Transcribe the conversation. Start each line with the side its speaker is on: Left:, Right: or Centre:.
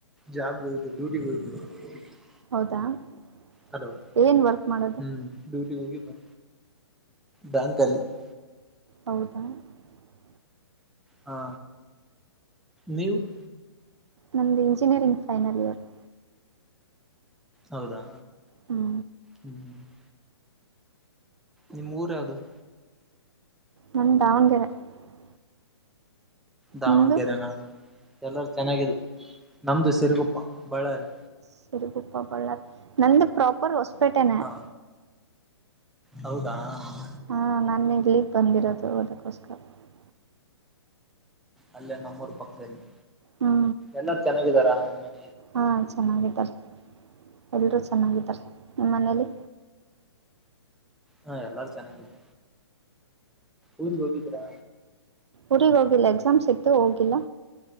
Centre: ಜಾಬ್ ಹೋಗಿ ಡ್ಯೂಟಿ ಹೋಗಿದ್ವಿ. <unintelligible>
Right: ಹೌದಾ? <unintelligible>
Centre: ಹಲೋ
Right: ಏನ್ ವರ್ಕ್ ಮಾಡೋದು
Centre: ಹೂ ಡ್ಯೂಟಿ ಹೋಗಿ <unintelligible> ಬ್ಯಾಂಕ್ ಅಲ್ಲಿ <unintelligible>
Right: ಹೌದಾ? <unintelligible>
Centre: ಹಾ ನೀವು? <unintelligible>
Right: ನಮ್ದ್ ಇಂಜಿನಿಯರಿಂಗ್ ಫೈನಲ್ ಇಯರ್ <unintelligible>
Centre: ಹೌದಾ?
Right: ಹ್ಞೂ
Centre: <unintelligible> ನಿಮ್ಮ ಊರ ಯಾವದ? <unintelligible>
Right: ನಮ್ದ್ ದಾವಣಗೆರೆ? <unintelligible>
Centre: ದಾವಣಗೆರೆ
Right: ನಿಮ್ಮದು
Centre: ನಾ ಎಲ್ಲಾರೂ ಚೆನ್ನಾಗಿದ ನಮ್ದು ಸಿರಗುಪ್ಪ ಬಳ್ಳಾರಿ <unintelligible>
Right: ಸರಿಗುಪ್ಪಾ ಬಳ್ಳಾರಿ ನಂದು ಪ್ರಾಪರ್ ಹೊಸಪೇಟೆ ನೆ
Centre: ಹಾ
Right: <unintelligible>
Centre: ಹೌದಾ? <unintelligible>
Right: ಹಾ ನಾನು ಇಲ್ಲಿ ಬಂದಿರೋದು ಓದಕ್ಕೋಸ್ಕರ? <unintelligible>
Centre: ಅಲ್ಲೇ ನಮ್ಮೂರ್ ಪಕ್ಕದಲ್ಲಿ
Right: ಹ್ಞೂ
Centre: ಎಲ್ಲಾರು ಚೆನ್ನಾಗಿದರಾ? <unintelligible>
Right: ಹಾಂ ಚೆನ್ನಾಗಿದ್ದಾರೀ ಎಲ್ಲರೂ ಚೆನ್ನಾಗಿದ್ದಾರೀ ನಿಮ್ಮ ಮನೇಲಿ
Centre: ಹಾ ಎಲ್ಲಾರು ಚೆನ್ನಾಗಿದ್ದ ಊರಿಗ್ ಹೋಗಿದ್ರಾ
Right: ಊರಿಗ ಹೋಗಿಲ್ಲ ಎಕ್ಸಾಮ್ಸ್ ಇತ್ತು ಹೋಗಿಲ್ಲ